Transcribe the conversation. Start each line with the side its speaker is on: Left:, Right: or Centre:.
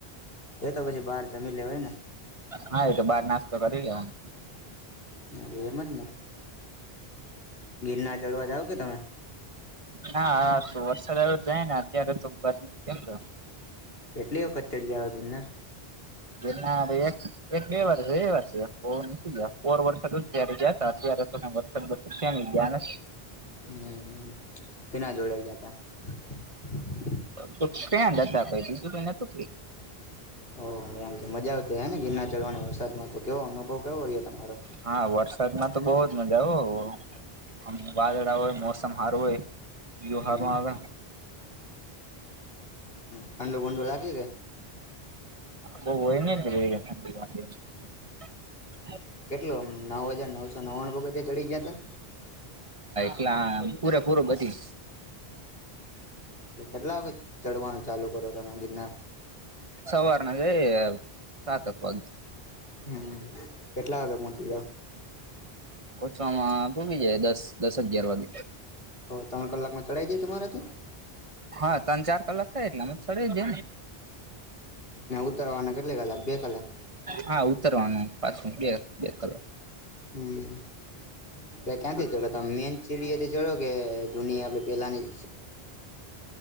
Left: એ તો પછી બહાર જમી લેવાય ને
Right: હા એ તો બાર નાસ્તો કરી લેવાનો.
Left: હ એમ જ ને ગિરનાર ચઢવા જાવ કે તમે
Right: ના તો વરસાદ જાય ને અત્યારે તોર કેમ તો
Left: કેટલી વખત ચડી આવે ગિરનાર
Right: એના એક બે વાર છે એ વાર છે ગયા ફર વર્ષ જયારે જતા ત્યારે તો વરસાદ વસ ત્યાં ગયા ને
Left: હમ કેના જોડાઈ ગયા હતા.
Right: તો ક્યાં લતા કઈ બીજું કઈ નતું કઈ
Left: ઓ એમ મજા આવતી હે ને ગિરના ચરવાણી વરસાદમાં તો કેવો અનુભવ કેવો રહ્યો તમારો
Right: હા. વરસાદમાં તો બહ જ મજા આવ આમ વાદળ હોય મોસમ સારું હોય. જીયો
Left: હમ
Right: હારમાં આવે.
Left: ઠંડુ બડુ લાગકી ગ
Right: બહુ <inaudible>
Left: કેટલું આમ નવ હજાર નવસો નવ્વાણું વગતે ચડી ગયા હતા
Right: એલા પૂરે પૂરું બધી
Left: કેટલા હ ચડવાનું ચાલુ. કરો તમે ગિરનાર
Right: સવારના જ સાતક વા
Left: હ કેટલા વાગે પહોંચી જાઓ
Right: ઓછવામાંમાં ભૂગી જાય દસ દસ અગિયાર વાગે.
Left: ત્રણ કલાકમાં ચડાઈ જાય તમારાથી
Right: હા ત્રણ ચાર કલાક લામતડે
Left: ને ઉતરવાના કેટલી કલાક બે કલાક
Right: હા ઉતરવાનું પાછું બે બે કલાક
Left: <inaudible> પ ક્યાંથી ચડો તમે મેન ચીડીથી ચડો કે જૂની આપે પેલાની